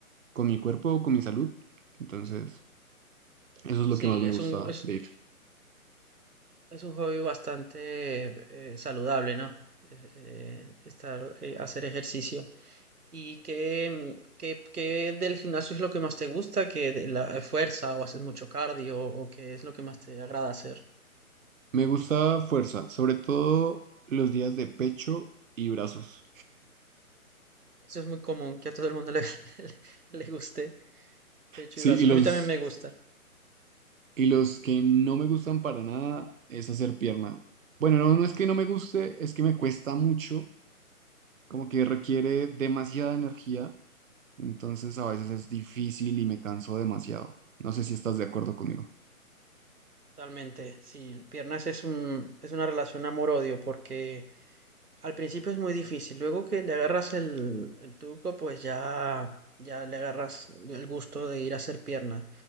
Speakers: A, on the right; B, on the right.
A: con mi cuerpo, con mi salud. Entonces, eso es lo
B: Sí,
A: que más me
B: es
A: gusta
B: un, es,
A: de ir.
B: es un hobby bastante eh, saludable, ¿no? Eh, eh, estar, eh, hacer ejercicio. ¿Y qué, mm, qué- qué del gimnasio es lo que más te gusta? que de la eh, fuerza o haces mucho cardio o qué es lo que más te agrada hacer?
A: Me gusta fuerza, sobre todo los días de pecho y brazos.
B: Eso es muy común, que a todo el mundo le, <laughs> le guste pecho
A: Sí,
B: y brazo.
A: y los,
B: A mí también me gusta,
A: y los que no me gustan para nada es hacer pierna. Bueno, no, no es que no me guste, es que me cuesta mucho como que requiere demasiada energía, entonces a veces es difícil y me canso demasiado. No sé si estás de acuerdo conmigo.
B: totalmente. Sí, piernas es un, es una relación amor-odio porque al principio es muy difícil. Luego que le agarras el, el truco, pues ya, ya le agarras el gusto de ir a hacer piernas.